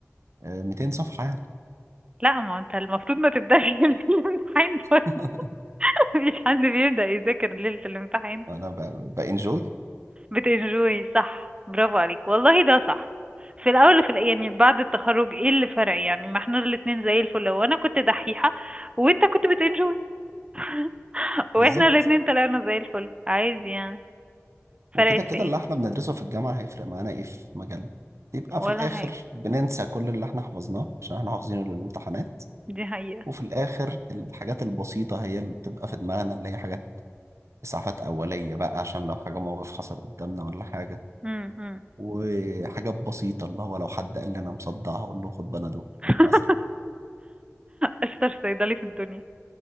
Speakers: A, on the right (about 70°); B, on the right (about 20°).
A: آه، 200 صفحة يعني
B: لا ما انت المفروض ما تبدأش <laughs> ليلة الامتحان برضه.
A: <laughs>
B: مفيش حد بيبدأ يذاكر ليلة الامتحان
A: فأنا ب- بانجوي
B: بتنجوي صح برافو عليك والله ده صح في الاول وفي الآ- يعني بعد التخرج ايه اللي فرق يعني ما احنا الاتنين زي الفل وانا كنت دحيحة وانت كنت بتنجوي <laughs> واحنا
A: بالظبط
B: الاتنين طلعنا زي الفل عايز يعني
A: وكده
B: فرقت
A: كده
B: في ايه
A: اللي احنا بندرسه في الجامعة هيفرق معانا ايه في مجالنا يبقى
B: ولا
A: في الآخر
B: حاجة
A: بننسى كل اللي احنا حفظناه عشان احنا حافظينه للامتحانات
B: دي حقيقة
A: وفي الآخر الحاجات البسيطة هي اللي بتبقى في دماغنا اللي هي حاجات إسعافات أولية بقى عشان لو حاجة موقف حصل قدامنا ولا حاجة
B: مم، مم.
A: وحاجات بسيطة اللي هو لو حد قال لي أنا مصدعها أقول له خد بنادول
B: <laughs>
A: مثلا
B: اشطر صيدلي في الدنيا